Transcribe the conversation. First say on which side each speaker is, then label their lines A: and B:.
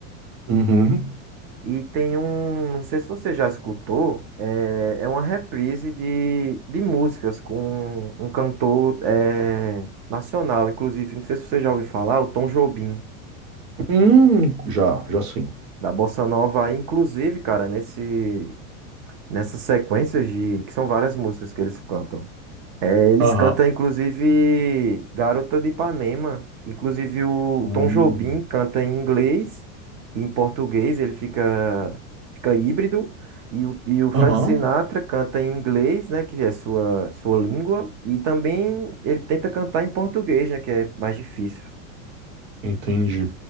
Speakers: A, on the right; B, on the right.
A: Uhum.
B: e tem um, não sei se você já escutou, é, é uma reprise de, de músicas com um cantor é, nacional, inclusive, não sei se você já ouviu falar, o Tom Jobim,
A: Hum, já, já sim.
B: da Bossa Nova, inclusive, cara, nesse, nessas sequências de, que são várias músicas que eles cantam. É, eles
A: Aham.
B: cantam, inclusive, Garota de Ipanema. Inclusive, o
A: Hum.
B: Tom Jobim canta em inglês e em português, ele fica, fica híbrido. E o, e o Frank
A: Aham.
B: Sinatra canta em inglês, né, que é sua, sua língua. E também ele tenta cantar em português, né, que é mais difícil.
A: Entendi.